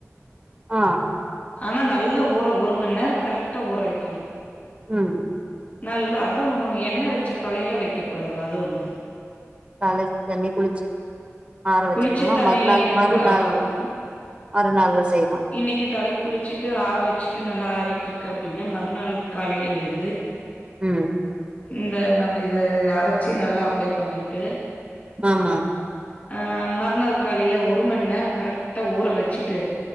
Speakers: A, on the right; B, on the left.
A: ஆ
B: ஆனா நல்ல ஊற ஒரு மண நேரோ கரெக்டா ஊற வெக்கணு
A: ம்
B: நல்லா அதுவு எண்ணெ வெச்ச தலையையில வெக்க கூடாது அது ஒன்னு
A: தலைக் தண்ணி குளிச்சு ஆற வெச்சுருக்கமா
B: குளிச்ச தண்ணிய
A: மறுநாள் மறுநாள்
B: கு ஆமா
A: மறுநாள்ல செய்லா
B: இன்னைக்கி தலைக் குளிச்சிட்டு ஆற வச்சிட்டு நல்லா ஆறிட்டுருக்கு அப்டின்னா மறுநாள் காலையில எழுந்து
A: ம்
B: இந்த நம்ம இது அரைச்சு நல்லா அப்ளை பண்ணிட்டு
A: ஆமா
B: ஆ மறுநாள் காலையில ஒரு மண் நேரம் கரெக்டா ஊற வெச்சுட்டு